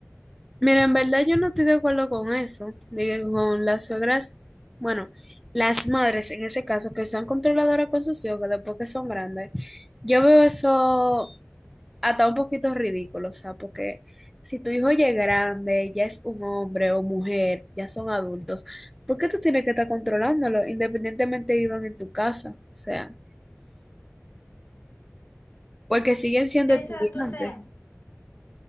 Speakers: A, in the centre; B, on the left.
A: Mira, en verdad yo no estoy de acuerdo con eso, de que con las suegras, bueno, las madres en ese caso, que son controladoras con sus hijos, que después que son grandes. Yo veo eso hasta un poquito ridículo, o sea, porque si tu hijo ya es grande, ya es un hombre o mujer, ya son adultos, ¿por qué tú tienes que estar controlándolo independientemente vivan en tu casa? O sea, porque siguen siendo estudiantes.
B: Exacto, o sea,